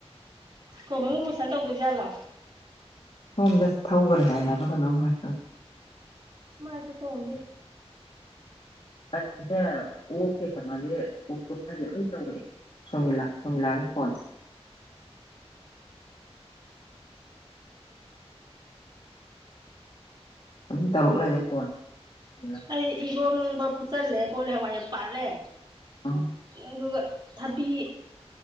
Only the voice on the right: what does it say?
ꯀꯣꯝꯕꯤꯟ ꯑꫭꯄ꯭ꯔꯦꯁꯟ ꯇꯧꯗꯣꯏꯖꯥꯠꯂꯣ
ꯃꯥꯥꯏꯗ ꯆꫭꯡꯗꯦ
ꯑꯩ ꯏꯔꯣꯟꯕ ꯐꯨꯠꯆꯜꯂꯦ ꯀꯣꯜꯂꯦ ꯍꯋꯥꯏ ꯌꯥꯝ ꯄꯥꯜꯂꯦ
ꯑꯗꯨꯒ ꯊꯕꯤ